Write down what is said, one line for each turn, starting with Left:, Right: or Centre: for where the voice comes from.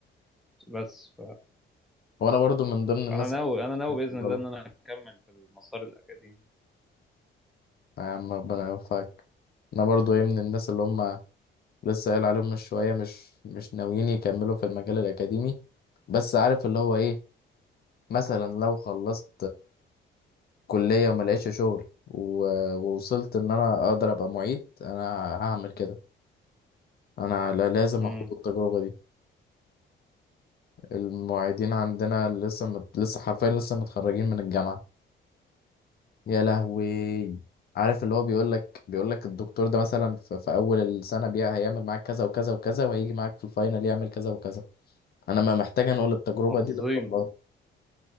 Centre: بس
Left: وانا برضو من ضمن الناس
Centre: انا ناوي
Left: اللي
Centre: انا ناوي باذن
Left: بيفضلوا
Centre: الله ان انا اكمل في المسار الاكاديمي
Left: يا عم ربنا يوفقك انا برضو ايه من الناس اللي هم لسه قايل عليهم من شوية مش مش ناويين يكملوا في المجال الأكاديمي بس عارف اللي هو ايه مثلا لو خلصت كلية وما لقيتش شغل و- ووصلت ان انا اقدر ابقى معيد انا هعمل كده انا لا- لازم
Centre: امم
Left: اخد التجربة دي المعيدين عندنا لسه مت... لسه حرفيا لسه متخرجين من الجامعة يا لهوي عارف اللي هو بيقول لك بيقول لك الدكتور ده مثلا في, في اول السنه بيها هيعمل معاك كذا وكذا وكذا وهيجي معاك في الفاينل يعمل كذا وكذا انا ما محتاج انقل التجربه
Centre: حافظين
Left: دي للطلاب